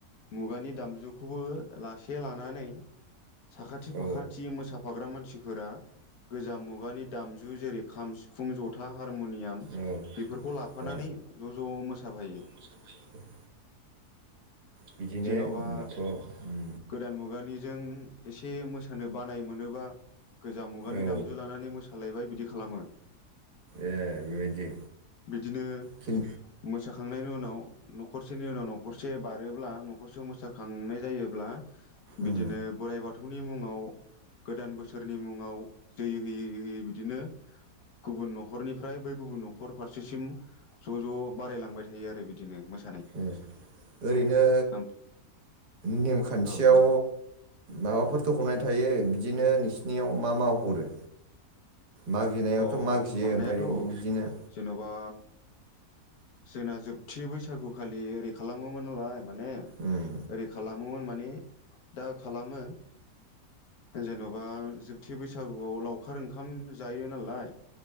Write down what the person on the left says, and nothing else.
मुगानि दामजु खौबो लासे लानानै साखाथि फाखाथि
मोसा फाग्रा मानसिफोरा गोजाम मुगानि दामजु जेरै खाम, सिफुं, ज हारमुनियाम
बेफोरखौ लाफानानै
ज' ज' मोसाफायो।
जेन'बा
गोदान मुगानिजों एसे मोसानो बानाय मोनोबा गोजाम मुगानि
दामजु लानानै मोसा सालायबाय बिदि खालामो
बिदिनो
मोसाखांनायनि उनाव न'खरसेनि उनाव न'खरसे बारोब्ला न'खरसेयाव मोसाखांनाय जायोब्ला बिदिनो
बोराइ बाथौनि मुङाव गोदान बोसोरनि मुंङाव जै होयै होयै बिदिनो गुबुन न'खरनिफ्राय बै गुबुन न'खर फारसेसिम ज' ज' बारायलांबाय थायो आरो बिदिनो मो
औ
बुंनो
अ
हरनायाथ'
जेन'बा जोंना जोबथि बैसागुखालि ओरै खालामोमोन नालाय माने ओरै
खालाम खालामोमोन माने दा खालामो जेन'बा जोबथि बैसागुआव लावखार ओंखाम जायो नालाय